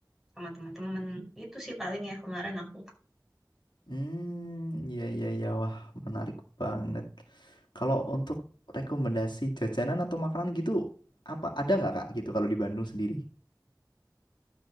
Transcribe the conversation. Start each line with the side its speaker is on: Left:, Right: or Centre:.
Centre: sama temen-temen itu sih paling ya kemarin aku
Left: Hmm, iya iya iya. Wah, menarik banget. Kalau untuk rekomendasi jajanan atau makanan gitu, apa ada nggak Kak gitu kalau di Bandung sendiri?